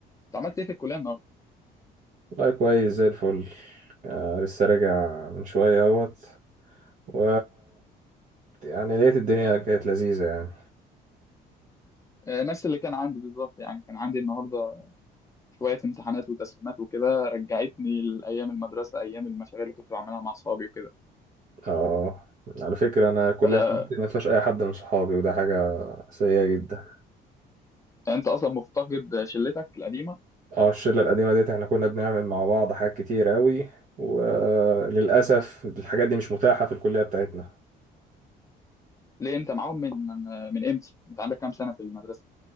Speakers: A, on the left (about 20°); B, on the right (about 50°).
A: انت عملت ايه في الكليه النهارده
B: والله كويس زي الفل آه لسه راجع من شوية اهوت و يعني لقيت الدنيا كانت لذيذة يعني
A: آه، نفس اللي كان عندي بالظبط يعني كان عندي النهارده شويه امتحانات وتسليمات وكده رجعتني لايام المدرسه ايام المشاريع اللي كنت بعملها مع اصحابي وكده
B: اه على فكرة أنا الكلية
A: آه،
B: بتاعتي ما فيهاش أي حد من صحابي وده حاجة سيئة جدا
A: انت اصلا مفتقد شلتك القديمه
B: اه الشلة القديمة ديت احنا كنا بنعمل مع بعض حاجات كتير أوي وللأسف الحاجات دي مش متاحة في الكلية بتاعتنا
A: ليه انت معاهم من من من امتى انت عندك كام سنه في المدرسه